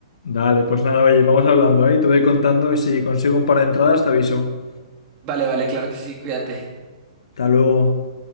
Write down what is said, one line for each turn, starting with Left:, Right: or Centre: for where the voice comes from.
Left: Dale, pues nada, oye, vamos hablando, ¿eh? Te voy contando y si consigo un par de entradas te aviso.
Right: Vale, vale, claro que sí, cuídate.
Left: Hasta luego.